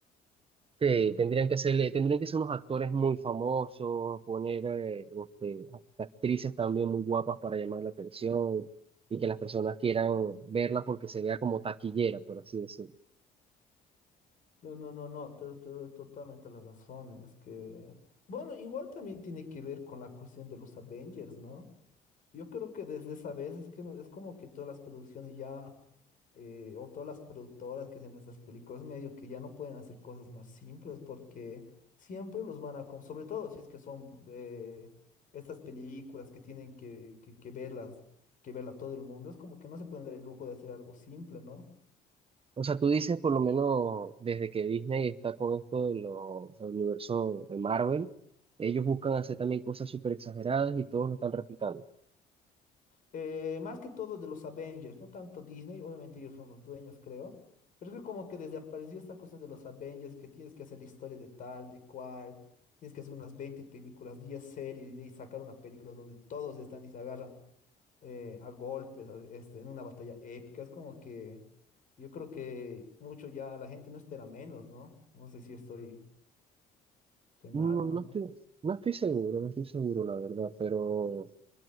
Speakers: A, on the right (about 35°); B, on the left (about 50°).
A: Sí, tendrían que ser, tendrían que ser unos actores muy famosos, poner eh, este, actrices también muy guapas para llamar la atención y que las personas quieran verla porque se vea como taquillera, por así decirlo.
B: No, no, no, no, te, te doy totalmente la razón. Es que, bueno, igual también tiene que ver con la cuestión de los Avengers, ¿no? Yo creo que desde esa vez es que es como que todas las producciones ya, eh, o todas las productoras que hacen estas películas, medio que ya no pueden hacer cosas más simples porque siempre los van a, com- sobre todo si es que son eh, estas películas que tienen que, que, que verlas, que verla todo el mundo, es como que no se pueden dar el lujo de hacer algo simple, ¿no?
A: O sea, tú dices por lo menos desde que Disney está con esto de los del universo de Marvel, ellos buscan hacer también cosas súper exageradas y todos lo están replicando.
B: Eh, más que todo de los Avengers, no tanto Disney, obviamente ellos son los dueños, creo. Pero creo como que desde apareció esta cuestión de los Avengers, que tienes que hacer la historia de tal, de cual, tienes que hacer unas 20 películas, 10 series y de ahí sacar una película donde todos están y se agarran eh, a golpes a- este, en una batalla épica. Es como que yo creo que mucho ya la gente no espera menos, ¿no? No sé si estoy, estoy mal,
A: No,
B: ¿no?
A: no estoy, no estoy seguro, no estoy seguro, la verdad, pero